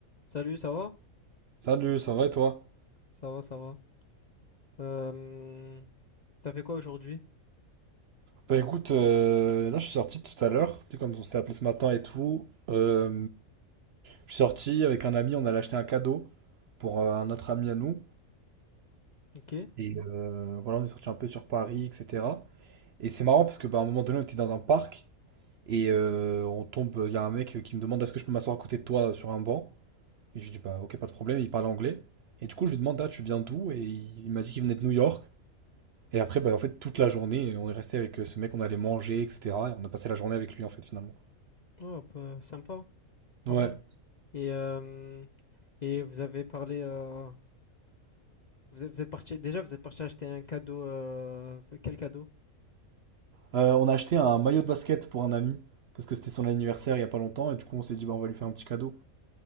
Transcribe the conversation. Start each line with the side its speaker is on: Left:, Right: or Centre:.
Left: Salut, ça va?
Right: Salut, ça va et toi?
Left: Ça va, ça va. Euh, t'as fait quoi aujourd'hui?
Right: Bah écoute, euh, là je suis sorti tout à l'heure, tu sais, comme on s'était appelé ce matin et tout. euh, je suis sorti avec un ami, on allait acheter un cadeau pour euh, un autre ami à nous.
Left: Ok.
Right: Et euh, voilà, on est sorti un peu sur Paris, etc. Et c'est marrant parce que bah, à un moment donné, on était dans un parc et euh, on tombe, il y a un mec qui me demande est-ce que je peux m'asseoir à côté de toi sur un banc? Et je lui dis bah ok, pas de problème, il parle anglais. Et du coup, je lui demande ah, tu viens d'où? Et il il m'a dit qu'il venait de New York. Et après, bah, en fait, toute la journée, on est resté avec euh, ce mec, on allait manger, etc. Et on a passé la journée avec lui, en fait, finalement.
Left: Oh, pas- sympa, pas
Right: Ouais.
Left: mal. Et, euh, et vous avez parlé. euh, vous êtes, vous êtes parti, déjà, vous êtes parti acheter un cadeau. euh, quel cadeau?
Right: Euh, on a acheté un maillot de basket pour un ami, parce que c'était son anniversaire il y a pas longtemps, et du coup, on s'est dit, bah, on va lui faire un petit cadeau.